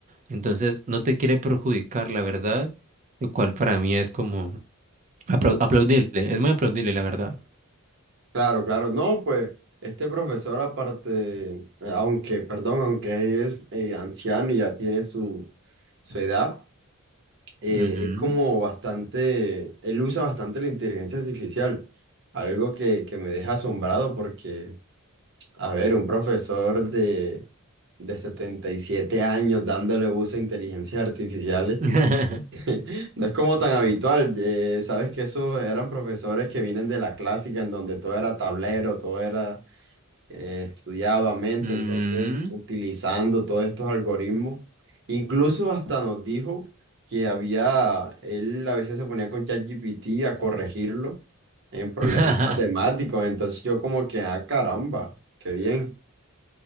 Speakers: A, on the right (about 35°); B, on the right (about 55°).
A: Entonces, no te quiere perjudicar, la verdad lo cual para mí es como aplau- aplaudible, es muy aplaudible, la verdad.
B: Claro, claro, no, pues este profesor aparte, eh, aunque, perdón, aunque es eh, anciano y ya tiene su, su edad, eh,
A: Ujú.
B: es como bastante, él usa bastante la inteligencia artificial, algo que, que me deja asombrado porque... A ver, un profesor de, de 77 años dándole uso a inteligencias artificiales,
A: <laughs>
B: <laughs> no es como tan habitual. eh, sabes que esos eran profesores que vienen de la clásica, en donde todo era tablero, todo era eh, estudiado a mente,
A: Ujú.
B: entonces utilizando todos estos algoritmos. Incluso hasta nos dijo que había, él a veces se ponía con ChatGPT a corregirlo en problemas
A: <laughs>
B: matemáticos, entonces yo como que, ah, caramba, qué bien.